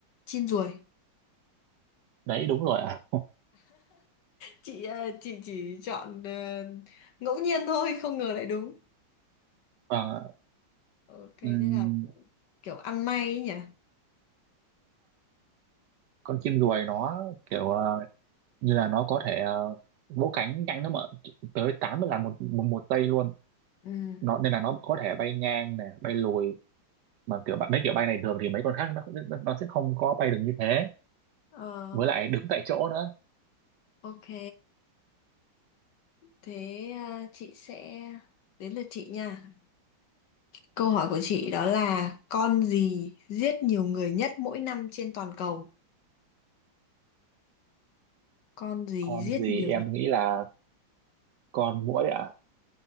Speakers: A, on the left; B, on the right.
A: chim ruồi
B: đấy đúng rồi ạ
A: chị ờ, chị chỉ chọn ờ, ngẫu nhiên thôi không ngờ lại đúng
B: Vâng,
A: ok thế
B: ừm,
A: là cũng kiểu ăn may ấy nhỉ
B: con chim ruồi nó kiểu ờ, như là nó có thể ờ, vỗ cánh nhanh lắm ạ tới 80 lần một, một một giây luôn
A: ừ
B: nó nên là nó có thể bay ngang nè bay lùi mà kiểu bạn mấy kiểu bay này thường thì mấy con khác nó nó sẽ không có bay được như thế
A: ờ,
B: với lại đứng tại chỗ nữa
A: ok thế ờ, chị sẽ đến lượt chị nha câu hỏi của chị đó là con gì giết nhiều người nhất mỗi năm trên toàn cầu con gì
B: con
A: giết
B: gì
A: nhiều
B: em nghĩ là con muỗi ạ